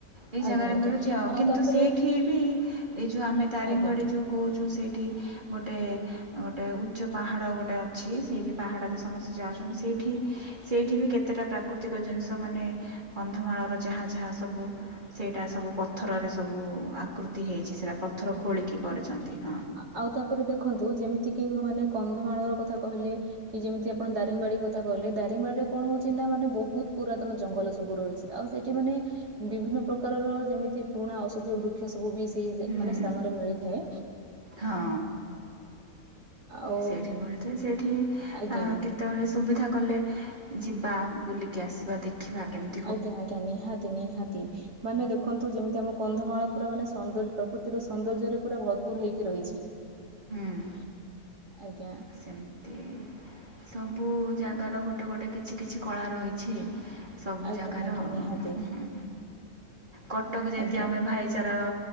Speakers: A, on the right; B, on the right.
A: ଏଇ ଜାଗାରେ
B: ଆଜ୍ଞା ଆଜ୍ଞା
A: ମିଳୁଛି ଆଉ କିନ୍ତୁ
B: ତାପରେ
A: ସେଇଠି ବି ଏ ଯୋଉ ଆମେ ଦାରିଙ୍ଗିବାଡ଼ି
B: ଆଜ୍ଞା
A: ଯୋଉ କହୁଛୁ ସେଇଠି ଗୋଟେ ଗୋଟେ ଉଚ୍ଚ ପାହାଡ଼ ଗୋଟେ ଅଛି ସେଇଠି ପାହାଡ଼ରେ ସମସ୍ତେ ଯାଉଛନ୍ତି ସେଇଠି ସେଇଠି ବି କେତେଟା ପ୍ରାକୃତିକ ଜିନିଷ ମାନେ କନ୍ଧମାଳର ଯାହା ଯାହା ସବୁ ସେଇଟା ସବୁ ପଥରରେ ସବୁ ଆକୃତି ହେଇଛି ସେଟା ପଥର ଖୋଳିକି କରିଛନ୍ତି ହଁ।
B: ଆଁ ଆଉ ତାପରେ ଦେଖନ୍ତୁ ଯେମିତି କିି ତୁମେ ମାନେ କନ୍ଧମାଳର କଥା କହିଲେ କି ଯେମିତି ଆପଣ ଦାରିଙ୍ଗିବାଡ଼ି କଥା କହିଲେ ଦାରିଙ୍ଗିବାଡ଼ି ରେ କଣ ହଉଛି ନା ମାନେ ବହୁତ ପୁରାତନ ଜଙ୍ଗଲ ସବୁ ରହିଛି। ଆଉ ସେଇଠି ମାନେ ବିଭିନ୍ନ ପ୍ରକାରର ଯେମିତି ପୁରୁଣା ଔଷଧୀୟ ବୃକ୍ଷ ସବୁ ବି ସେ ସେଇ ଜା
A: ହୁଁ
B: ମାନେ ସ୍ଥାନରେ ମିଳିଥାଏ।
A: ହଁ
B: ଆଉ
A: ସେଇଠି ମିଳିଥାଏ ସେଇଠି
B: ଆଜ୍ଞା
A: ଆଁ କେ ତେବେଳେ ସୁବିଧା କଲେ ଯିବା ବୁଲିକି ଆସିବା ଦେଖିବା କେମ
B: ଆଜ୍ଞା ଆଜ୍ଞା ନିହାତି ନିହାତି ମାନେ ଦେଖନ ନ୍ତୁ ଯେମିତି ଆମ କନ୍ଧମାଳ ପୁରା ମାନେ ସୁନ୍ଦର ପ୍ରକୃତିର ସୌନ୍ଦର୍ଯ୍ୟରେ ପୁରା ଭରପୁର ହେଇକି ରହିଛି।
A: ହୁଁ।
B: ଆଜ୍ଞା।
A: ସେମିତି ସବୁ ଜାଗାର ଗୋଟେ ଗୋଟେ କିଛି କିଛି କଳା ରହିଛି। ସବୁ
B: ଆଜ୍ଞା
A: ଜାଗାର
B: ଆଜ୍ଞା ନିହାତି
A: ଉଁ ହୁଁ ହୁଁ ହୁଁ। କଟକ ଯେମିତି
B: ଆଜ୍ଞା
A: ଆମେ ଭାଇଚାରାର